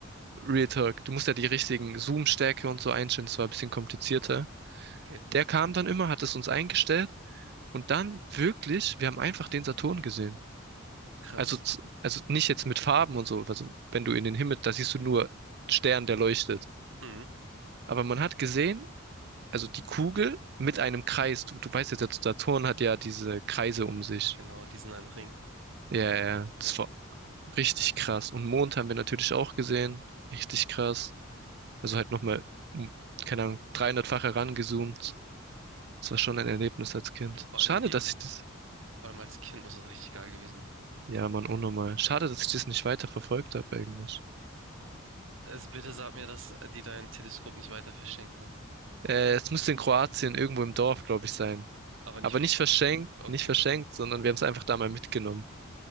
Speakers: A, on the right; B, on the right.
A: Real Talk. Du musst ja die richtigen Zoom-Stärke und so einstellen, das war ein bisschen komplizierter.
B: Okay.
A: Der kam dann immer, hat es uns eingestellt und dann wirklich, wir haben einfach den Saturn gesehen.
B: Krass.
A: Also, z- also nicht jetzt mit Farben und so. Also wenn du in den Himmel, da siehst du nur Stern, der leuchtet.
B: Mhm.
A: Aber man hat gesehen, also die Kugel mit einem Kreis. Du, du weißt ja, der Saturn hat ja diese Kreise um sich.
B: Genau, diesen einen Ring.
A: Ja, ja, ja. das war richtig krass. Und Mond haben wir natürlich auch gesehen. Richtig krass. Also halt nochmal, um, keine Ahnung, 300-fach herangezoomt. Das war schon ein Erlebnis als Kind.
B: Vor
A: Schade,
B: allem, ja,
A: dass ich das,
B: vor allem als Kind muss es richtig geil gewesen sein.
A: ja, Mann, unnormal. Schade, dass ich das nicht weiter verfolgt habe eigentlich.
B: Also bitte sag mir, dass die dein Teleskop nicht weiter verschenkt haben.
A: Äh, es müsste in Kroatien irgendwo im Dorf, glaube ich, sein.
B: Aber nicht
A: Aber
B: verschenkt.
A: nicht verschenkt,
B: Okay,
A: nicht verschenkt,
B: gut.
A: sondern wir haben es einfach da mal mitgenommen.